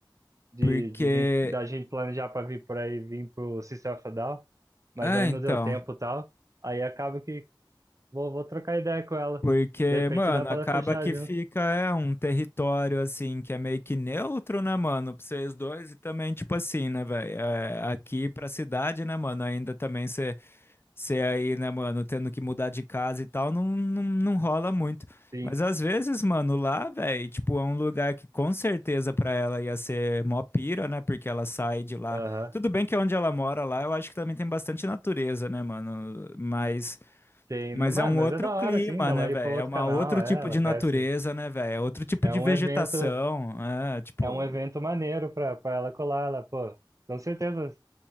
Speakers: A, on the right; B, on the left.
A: de,
B: Porque.
A: de vir, da gente planejar pra vir por aí, vir pro System of a Down, mas
B: Ah,
A: aí
B: então.
A: não deu tempo e tal. Aí acaba que, Vou, vou trocar ideia com ela.
B: Porque,
A: De repente
B: mano,
A: dá pra
B: acaba
A: ela fechar
B: que
A: junto.
B: fica é, um território assim que é meio que neutro, né, mano? Pra vocês dois e também, tipo assim, né, velho? É, aqui pra cidade, né, mano? Ainda também você. ser aí, né, mano, tendo que mudar de casa e tal, não, não, não rola muito.
A: Sim.
B: Mas às vezes, mano, lá, velho, tipo, é um lugar que com certeza pra ela ia ser mó pira, né? Porque ela sai de lá.
A: Aham.
B: Tudo bem que é onde ela mora lá, eu acho que também tem bastante natureza, né, mano? Mas,
A: Tem,
B: mas
A: mas,
B: é um
A: mas
B: outro
A: é da
B: clima,
A: hora, assim, dela
B: né, velho?
A: ir pra outro
B: É uma
A: canal.
B: outro
A: É,
B: tipo
A: ela
B: de
A: conhece.
B: natureza, né, velho? É outro tipo
A: É
B: de
A: um
B: vegetação,
A: evento,
B: é, tipo,
A: é um evento maneiro pra, pra ela colar. Ela, pô, com certeza.